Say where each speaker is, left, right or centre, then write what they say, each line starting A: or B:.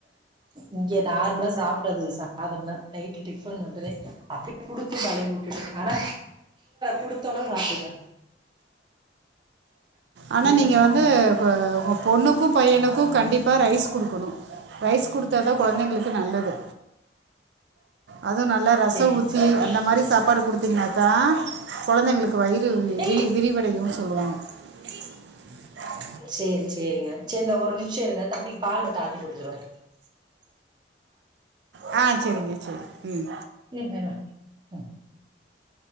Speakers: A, on the right (about 25°); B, on the right (about 70°).
A: இங்க நார்ம்லா சாப்படதுக்கு சாதம்லா நைட்டு டிபன் மட்டுதே அப்டி குடுத்து பழகிவுட்டுட்டு ஆனா குடுத்தோனா சாப்டுங்க
B: ஆனா
A: இருடா
B: நீங்க வந்து ப பொண்ணுக்கு பையனுக் கு கண்டிப்பா ரைஸ் குடுக்கணு ரைஸ் குடுத்தா தா கொழந்தைங்களுக்கு நல்லது அதுவு நல்லா ரச
A: சேரி
B: ஊத்தி
A: சேரிங்க
B: அந்த
A: சேரிங்க
B: மாரி சாப்பாடு குடுத்தீங்கனா தா கொழந்தைங்களுக்கு வயிறு து
A: ஏய்
B: வி விரிவடயு சொல்வாங்க <unintelligible>
A: சேரி சேரிங்க சேரிந்த ஒரு நி சேருந்த தம்பிக்கு பால் மட்டும் ஆத்தி கொடுத்துட்டுவரே
B: ஹ சேரிங்க சேரி உம்
A: <unintelligible>